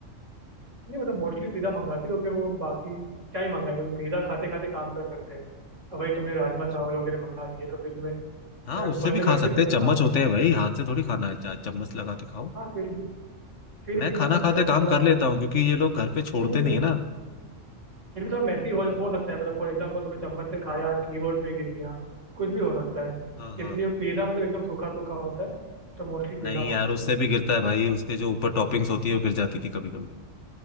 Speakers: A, on the right; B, on the left.
A: नहीं मतलब मोस्टली पिज्जा मंगाते क्योंकि वो बाकी क्या ही मंगाएंगे वो पिज्जा खाते खाते काम कर सकते हैं अब वही तुमने राजमा
B: अच्छा
A: चावल वगैरह मंगा लिए तो फिर तुम्हें
B: हाँ
A: यार,
B: उससे
A: बंद
B: भी खा
A: करके
B: सकते
A: तुम्हें
B: हैं चम्मच
A: काम करना
B: होते हैं
A: है।
B: भाई हाथ से थोड़ी खाना है चा- चम्मच लगा के खाओ
A: हाँ फिर भी फिर
B: मैं
A: भी मतलब
B: खाना
A: थोड़ा
B: खाते
A: बहुत
B: काम कर
A: आप
B: लेता हूँ क्योंकि ये लोग घर पे छोड़ते
A: नहीं मतलब
B: नहीं है ना
A: फिर भी थोड़ा मैसी हो, हो सकता है मतलब फॉर एग्जाम्पल तुमने चम्मच से खाया कीबोर्ड पे गिर गया कुछ भी हो सकता है
B: हाँ हाँ
A: इसलिए पिज्जा मतलब एकदम सूखा सूखा होता है तो मोस्टली पिज्जा
B: नहीं यार
A: मंगाते
B: उससे
A: हैं
B: भी गिरता है भाई उसके जो ऊपर टॉपिंग्स होती है वो गिर जाती थी कभी कभी